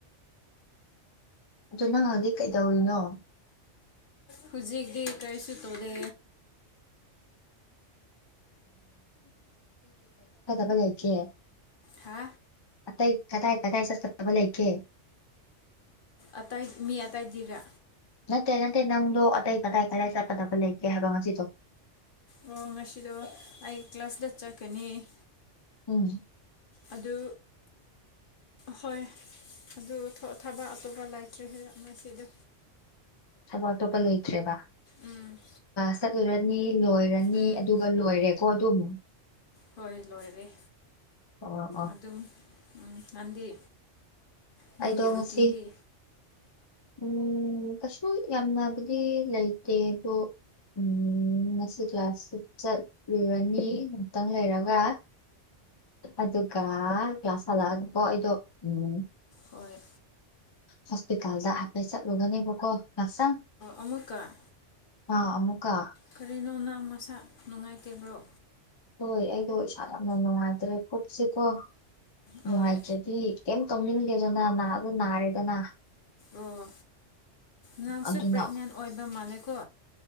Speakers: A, on the left (about 30°); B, on the left (about 50°).
A: ꯑꯗꯣ ꯅꯪ ꯍꯧꯖꯤꯛ ꯀꯩꯗꯧꯔꯤꯅꯣ
B: ꯍꯧꯖꯤꯛꯇꯤ ꯀꯔꯤꯁꯨ ꯇꯧꯗꯦ
A: ꯂꯆꯦ
B: ꯊꯥ
A: ꯀꯇꯩ ꯀꯗꯥꯏ ꯀꯗꯥꯏ ꯆꯠꯀꯗꯕ ꯂꯩꯒꯦ
B: ꯑꯇꯥꯏ ꯃꯤ ꯑꯇꯥꯏꯗꯤꯔꯥ
A: ꯅꯠꯇꯦ ꯅꯠꯇꯦ ꯅꯪꯗꯣ ꯑꯇꯩ ꯀꯗꯥꯏ ꯀꯗꯥꯏ ꯆꯠꯀꯗꯕ ꯂꯩꯒꯦ ꯍꯥꯏꯕ ꯉꯁꯤꯗꯣ
B: ꯑꯣ ꯉꯁꯤꯗꯣ ꯑꯩ ꯀ꯭ꯂꯥꯁꯇ ꯆꯠꯀꯅꯤ
A: ꯎꯝ
B: ꯑꯗꯨ ꯍꯣꯏ ꯑꯗꯨ ꯊ ꯑ ꯊꯕ ꯑꯇꯣꯞꯄ ꯂꯩꯥꯏꯇ꯭ꯔꯦ ꯉꯁꯤꯗꯣ
A: ꯊꯕꯛ ꯑꯇꯣꯞꯄ ꯂꯩꯇ꯭ꯔꯦꯕ
B: ꯎꯝ
A: ꯆꯠꯂꯨꯔꯅꯤ ꯂꯣꯏꯔꯅꯤ
B: ꯎꯝ
A: ꯑꯗꯨꯒ ꯂꯣꯏꯔꯦꯀꯣ ꯑꯗꯨꯝ
B: ꯍꯣꯏ ꯂꯣꯏꯔꯦ
A: ꯑ ꯑꯥ
B: ꯑꯗꯨꯝ ꯎꯝ ꯅꯪꯗꯤ ꯅꯪꯒꯤꯕ꯭ꯔꯣ
A: ꯑꯩꯗꯣ ꯉꯁꯤ
B: ꯇꯤꯟꯗꯤ
A: ꯎꯝ ꯀꯩꯁꯨ ꯌꯥꯝꯅꯕꯨꯗꯤ ꯂꯩꯇꯦ ꯑꯗꯣ ꯎꯝ ꯉꯁꯤ ꯀ꯭ꯂꯥꯁ ꯆꯠꯂꯤꯨꯔꯅꯤ ꯑꯃꯨꯛꯇꯪ ꯂꯩꯔꯒ ꯑꯗꯨꯒ ꯀꯌꯥ ꯁꯥꯂꯛꯑꯒꯀꯣ ꯑꯩꯗꯣ ꯎꯝ
B: ꯍꯣꯏ
A: ꯍꯣꯁꯄꯤꯇꯥꯜꯗ ꯍꯥꯏꯐꯄꯦꯠ ꯆꯠꯂꯨꯒꯅꯦꯕꯀꯣ ꯉꯁꯪ
B: ꯑꯃꯨꯛꯀ
A: ꯑꯥ ꯑꯃꯃꯨꯀ
B: ꯀꯔꯤꯅꯣ ꯅꯪ ꯃꯁꯥ ꯅꯨꯡꯉꯥꯏꯇꯕ꯭ꯔꯣ
A: ꯍꯣꯏ ꯑꯩꯗꯣ ꯏꯁꯥ ꯌꯥꯝꯅ ꯅꯨꯡꯉꯥꯏꯇ꯭ꯔꯦ ꯄꯣꯠꯁꯤꯀꯣ ꯅꯨꯡꯉꯥꯏꯖꯗꯤ
B: ꯍꯣꯏ
A: ꯀꯩꯝ ꯇꯧꯅꯤꯡꯒꯦꯗꯣꯅ ꯅꯥꯗꯣ ꯅꯥꯔꯦꯗꯅ
B: ꯑꯣ ꯅꯪꯁꯨ
A: ꯑꯗꯨꯅ
B: ꯄ꯭ꯔꯦꯒꯅꯦꯟ ꯑꯣꯏꯕ ꯃꯥꯜꯂꯦꯀꯣ